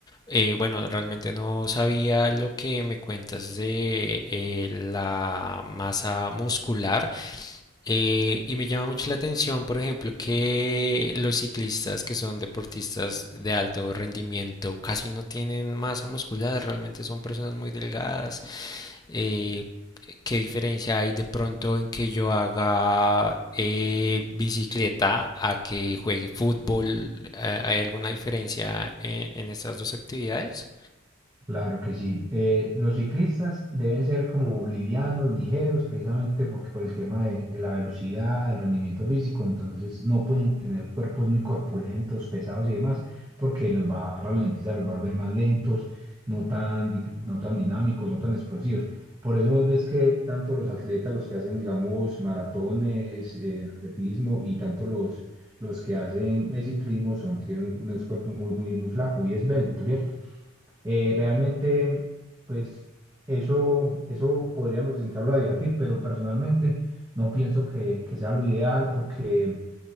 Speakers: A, on the left (about 20°); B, on the right (about 15°).
A: eh, bueno, realmente no sabía lo que me cuentas de eh, la masa muscular. Eh, y me llama mucho la atención, por ejemplo, que los ciclistas que son deportistas de alto rendimiento casi no tienen masa muscular, realmente son personas muy delgadas. Eh, ¿qué diferencia hay de pronto en que yo haga eh, bicicleta a que juegue fútbol? Eh, ¿Hay alguna diferencia eh, en estas dos actividades?
B: Claro que sí. Eh, los ciclistas deben ser como livianos, ligeros, precisamente porque por el tema de, de la velocidad, el rendimiento físico, entonces no pueden tener cuerpos muy corpulentos, pesados y demás, porque los va a ralentizar, los va a volver más lentos, no tan, di- no tan dinámicos, no tan explosivos. Por eso vos ves que tanto los atletas, los que hacen, digamos, maratones, eh, atletismo y tanto los, los que hacen eh, ciclismo son, tienen un cuerpo muy, muy, muy flaco, muy esbelto, ¿cierto? Eh, realmente, pues eso, eso podríamos entrarlo a debatir, pero personalmente no pienso que, que sea lo ideal porque